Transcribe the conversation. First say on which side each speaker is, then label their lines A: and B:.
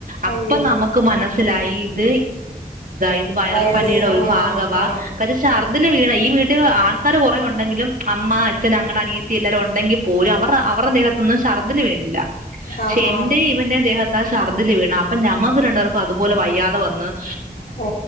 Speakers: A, on the right; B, on the left.
A: അപ്പൊ
B: അയ്യോ
A: നമുക്ക് മനസ്സിലായി ഇത് എന്ത വൈറൽ
B: വയറിൽ
A: പനിയുടെ ഒരു
B: ആഹാ
A: ഭാഗവാ കാരണം ശർദിൽവീണ ഈ വീ ആൾക്കാാര് കുറേ ഉണ്ടെങ്കിലും അമ്മ അച്ഛൻ അങ്ങടെ അനിയത്തി എല്ലാവരും ഉണ്ടെങ്കിൽ പോലും അവ അവടെ ദേഹത്തൊന്നും ശർദില് വീണില്ല പക്ഷെ
B: ആഹാ
A: എന്റെ ഇവന്റെ ദേഹത്ത് ആ ഛർദ്ദില് വീണണം അപ്പൊ ഞങ്ങൾക്ക് രണ്ട പേർക്ക അതുപോലെ വയ്യാതെ വന്നന്ന്
B: ഓ